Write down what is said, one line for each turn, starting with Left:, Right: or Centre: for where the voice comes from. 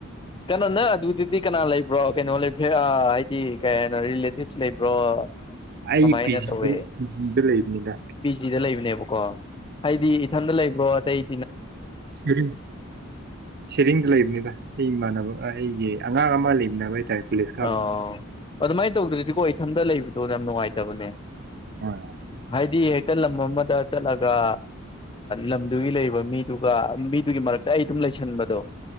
Left: ꯀꯩꯅꯣ ꯅ ꯑꯗꯨꯗꯗꯤ ꯀꯅꯥ ꯂꯩꯕ꯭ꯔꯣ ꯀꯩꯅꯣ ꯂꯩꯕꯦ ꯍꯥꯏꯗꯤ ꯀꯩꯅꯣ ꯔꯤꯂꯦꯇꯤꯞꯁ ꯂꯩꯕ꯭ꯔꯣ
Right: ꯑꯩ
Left: ꯀꯃꯥꯏꯅ
Right: ꯄꯤꯖꯤꯗ
Left: ꯇꯧꯋꯦ
Right: ꯄꯤꯖꯤꯗ ꯂꯩꯕꯅꯤꯗ
Left: ꯄꯤꯖꯤꯗ ꯂꯩꯕꯅꯦꯕꯀꯣ ꯍꯥꯏꯗꯤ ꯏꯊꯟꯗ ꯂꯩꯕ꯭ꯔꯣ ꯇꯩ
Right: ꯔꯤꯡ ꯁꯦꯔꯤꯡꯗ ꯂꯩꯕꯅꯤꯗ ꯑꯩ ꯏꯃꯥꯟꯅꯕ ꯑꯩꯁꯦ ꯑꯉꯥꯡ ꯑꯃ ꯂꯩꯃꯤꯟꯅꯅꯕ ꯍꯥꯏꯇꯥꯔꯦ ꯀꯣꯂꯦꯖ ꯀꯥꯕ
Left: ꯑ ꯑꯗꯨꯃꯥꯏꯅ ꯇꯧꯗ꯭ꯔꯗꯤꯀꯣ ꯏꯊꯟꯇ ꯂꯩꯕꯗ ꯑꯗꯨ ꯌꯥꯝ ꯅꯨꯡꯉꯥꯏꯇꯕꯅꯦ
Right: ꯍꯣꯏ
Left: ꯍꯥꯏꯗꯤ ꯍꯦꯛꯇ ꯂꯝ ꯑꯃꯗ ꯆꯠꯂꯒ ꯂꯝꯗꯨꯒꯤ ꯂꯩꯔꯤꯕ ꯃꯤꯗꯨꯒ ꯃꯤꯗꯨꯒꯤ ꯃꯔꯛꯇ ꯑꯩ ꯑꯗꯨꯝ ꯂꯩꯁꯟꯕꯗꯣ